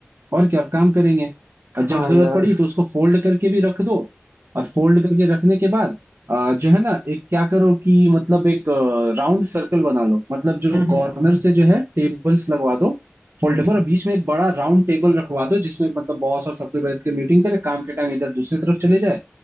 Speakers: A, on the right; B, on the right.
A: और क्या काम करेंगे और
B: हाँ
A: जब जरूरत
B: यार
A: पड़ी तो उसको फोल्ड करके भी रख दो और फोल्ड करके रखने के बाद अ, जो है ना एक क्या करो कि मतलब एक राउंड सर्कल बना लो मतलब जो
B: हम्म
A: कॉर्नर
B: हम्म, हम्म, हम्म।
A: से जो है टेबल्स लगवा दो फोल्डेबल
B: हम्म,
A: और बीच में एक बड़ा राउंड टेबल रखवा दो जिसमें मतलब बॉस और सब कोई बैठ के मीटिंग करे काम के टाइम इधर दूसरी तरफ चले जाए